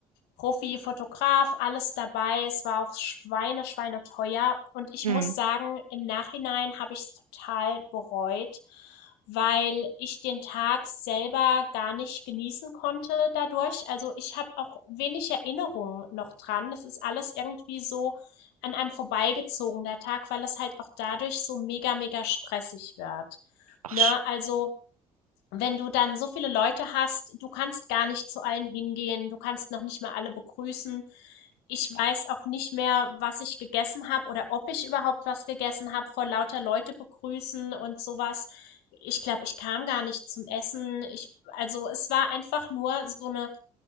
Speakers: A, on the left (about 70°); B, on the right (about 85°).
A: Profi, Fotograf, alles dabei. Es war auch Schweine, Schweine teuer. Und ich
B: Hm.
A: muss sagen, im Nachhinein habe ich es total bereut, weil ich den Tag selber gar nicht genießen konnte dadurch. Also ich habe auch wenig Erinnerungen noch dran. Das ist alles irgendwie so an einem vorbeigezogener Tag, weil es halt auch dadurch so mega, mega stressig wird.
B: Ach,
A: Ne?
B: sch-
A: Also, wenn du dann so viele Leute hast, du kannst gar nicht zu allen hingehen, du kannst noch nicht mal alle begrüßen. Ich weiß auch nicht mehr, was ich gegessen habe oder ob ich überhaupt was gegessen habe, vor lauter Leute begrüßen und sowas. Ich glaube, ich kam gar nicht zum Essen. Ich, also es war einfach nur so eine